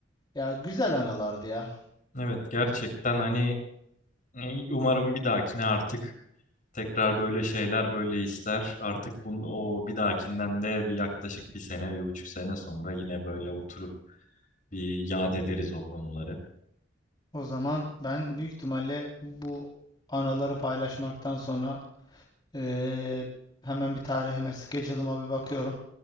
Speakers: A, on the left; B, on the left.
A: Ya güzel anılardı ya.
B: Evet gerçekten hani e, umarım bir dahakine artık Tekrar böyle şeyler, böyle işler. Artık bunun o bir dahakinden de bir yaklaşık bir sene, bir buçuk sene sonra yine böyle oturup bir yad ederiz o konuları.
A: O zaman ben büyük ihtimalle bu anıları paylaşmaktan sonra e, hemen bir tarihime, schedule'ıma bir bakıyorum.